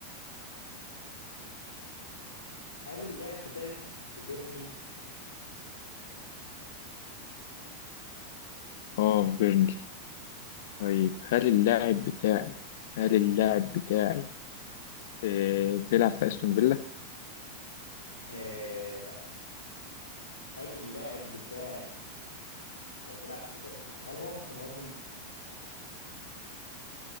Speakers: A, on the left; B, on the left.
A: هل اللاعب بتاعي في في بيرنلي
B: اه في بيرنلي طيب هل
A: تمام
B: اللاعب بتاعي هل اللاعب بتاعي آه بيلعب في استون فيلا
A: آه لا هل اللاعب بتاعي هو بيلعب في بيرنلي هل هو مهاجم